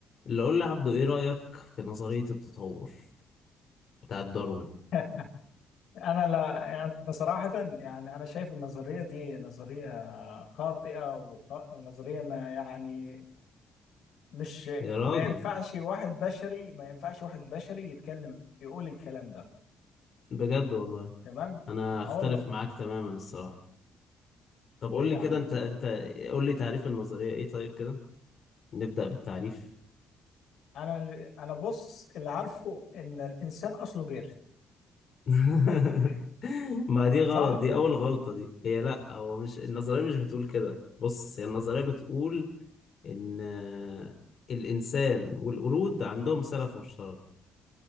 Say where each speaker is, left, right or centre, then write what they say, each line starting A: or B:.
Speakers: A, on the left; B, on the left.
A: اللي قول لي عبدو ايه رأيك في نظرية التطور بتاعت داروين
B: <laughs> انا لا انا صراحه يعني انا شايف النظريه دي نظريه خاطئه وخ- ونظريه ما يعني مش
A: يا راجل
B: ما ينفعش واحد بشري ما ينفعش واحد بشري يتكلم يقول الكلام ده
A: بجد والله
B: تمام
A: انا اختلف
B: اه والله
A: معاك تماما الصراحة طب قول
B: ليه
A: لي
B: يا
A: كده
B: عم
A: انت انت قول لي تعريف النظرية ايه طيب كده نبدأ بالتعريف
B: انا انا بص اللي عارفه ان الانسان اصله جير
A: <laughs>
B: <laughs>
A: ما دي غلط
B: صح
A: دي اول غلطة دي هي لا هو مش النظرية مش بتقول كده بص هي النظرية بتقول ان آه، الانسان والقرود عندهم سلف مشترك